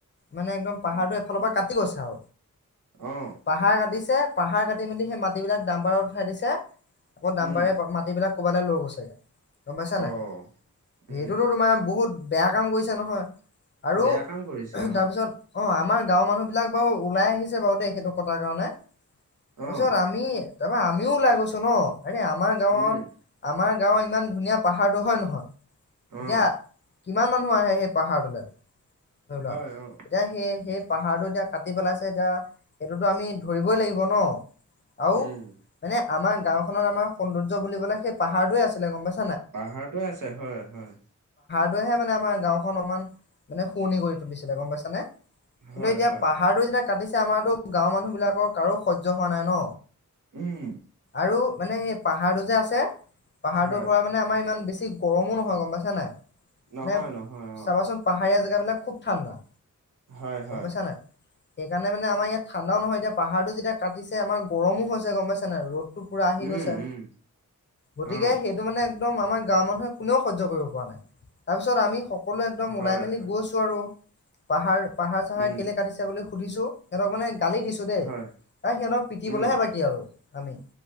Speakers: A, on the left; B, on the right.
A: মানে একদম পাহাৰটো এফালৰ পৰা কাটি গৈছে আৰু
B: অ
A: পাহাৰ কাটিছে। পাহাৰ কাটি, মেলি সেই মাটিবিলাক দামবাৰত উঠাই দিছে। আকৌ দামবাৰে
B: উম
A: মাটিবিলাক ক'বালে লৈ গৈছেগে গম পাইছা নাই,
B: অ
A: সেইটোতো
B: উম
A: তোমাৰ বহুত বেয়া কাম কৰিছো নহয় আৰু
B: বেয়া কাম কৰিছে অ
A: তাৰপিছত অ'। আমাৰ গাঁৱৰ মানুহ বিলাক বাৰু ওলাই আহিছে বাৰু দেই সেইটো কটাৰ কাৰণে তাৰপিছত
B: অ
A: আমি তাৰপা আমিও ওলাই গৈছো ন, এনে আমাৰ গাঁৱত
B: উম
A: আমাৰ গাঁও ইমান ধুনীয়া পাহাৰটো হয়, নহয়। এতিয়া
B: অ
A: কিমান মানুহ আহে সেই পাহাৰটোলৈ ধৰি লোৱা
B: হয় অ
A: এতিয়া সেই, সেই পাহাৰটো এতিয়া কাটি পেলাইছে। এতিয়া সেইটোতো আমি ধৰিবই লাগিব, ন। আৰু
B: উম
A: মানে আমাৰ গাওখনত আমাৰ সৌন্দৰ্য বুলিবলে সেই পাহাৰটোয়ে আছিলে গম পাইছ।
B: পাহাৰটোৱে আছে হয়, হয়।
A: সেয়েহে মানে আমাৰ গাওখন অলমান মানে শুৱুৰনি কৰি তুলিছিলে গম পাইছা নে। কিন্তু
B: হয়
A: এতিয়া
B: হয়
A: পাহাৰটো যেতিয়া কাটিছে আমাৰতো গাঁওৰ মানুহ বিলাকৰ কাৰো শৈয্য হোৱা নাই, ন।
B: উম।
A: আৰু মানে এই পাহাৰটো যে আছে, পাহাৰটোৰ
B: হয়
A: পৰা মানে আমাৰ ইমান বেছি গৰমো নহয় গম পাইছা নাই
B: নহয়
A: নে,
B: নহয়
A: চাবাচোন
B: অ
A: পাহাৰীয়া জেগাবলাক খুব ঠাণ্ডা।
B: হয়, হয়।
A: গম পাইছা নাই সেইকাৰণে মানে আমাৰ ইয়াত ঠাণ্ডাও নহয়। এতিয়া পাহাৰটো যেতিয়া কাটিছে আমাৰ গৰমো হৈছে গম পাইছা নে ৰ'দ পুৰা আহি
B: উম
A: গৈছে,
B: উম
A: গতিকে,
B: অ
A: সেইটো মানে একদম আমাৰ গাঁওৰ মানুহে কোনেও সহ্য কৰিব পৰা নাই। তাৰ পিছত আমি সকলোৱে একদম
B: হয়
A: ওলাই মেলি
B: হয়
A: গৈছো আৰু পাহাৰ, পাহাৰ-চাহাৰ
B: উম
A: কেলে কাটিছে বুলি সুধিছো সিহঁতক মানে গালি দিছো দেই
B: হয়
A: ত, সিহঁতক পিটিবলৈহে
B: উম
A: বাকী আৰু আমি।